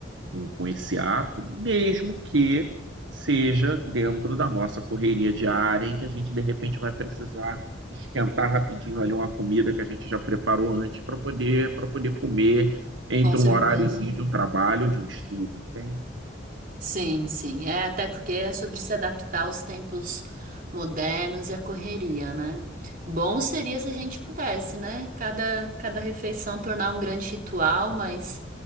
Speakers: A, on the right; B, on the right.
A: com, com esse ato, mesmo que seja dentro da nossa correria diária, em que a gente de repente vai precisar esquentar rapidinho ali uma comida que a gente já preparou antes para poder para poder comer entre
B: Com certeza.
A: um horáriozinho de um trabalho ou de um estudo, entende?
B: Sim, sim. É até porque é sobre se adaptar aos tempos modernos e à correria, né? Bom seria se a gente pudesse, né? Cada, cada refeição tornar um grande ritual, mas